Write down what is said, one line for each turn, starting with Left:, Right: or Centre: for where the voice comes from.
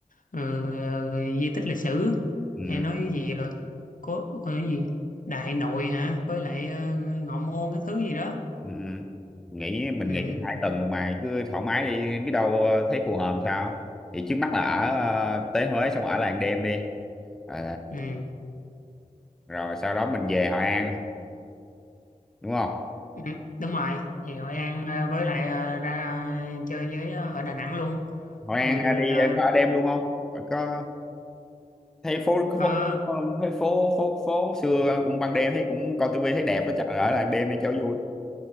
Left: ừ, di tích lịch sử
Centre: ừ,
Left: hay nói cái gì ờ, có có cái gì Đại Nội hả với lại ờ, Ngọ Môn các thứ gì đó
Centre: ừ. ừ. nghĩ mình
Left: ừ
Centre: nghĩ hai tuần rồi mà cứ thoải mái đi biết đâu ờ, thấy phù hợp sao thì trước mắt là ở ờ, tới Huế xong ở làng đêm đi Ờ,
Left: ừ
Centre: rồi sau đó mình về Hội An đúng không
Left: Ừ, đúng rồi thì Hội An ờ, với lại ờ, ra ờ, chơi với ờ, ở Đà Nẵng luôn
Centre: Hội An
Left: ừ,
Centre: ờ, đi
Left: ra,
Centre: ờ, có ở đêm luôn không Ờ, có thấy phố
Left: ờ,
Centre: phố cũng, ờ, thấy phố phố phố xưa cũng ban đêm thấy cũng coi tivi thấy đẹp á chắc là ở làng đêm đi cho vui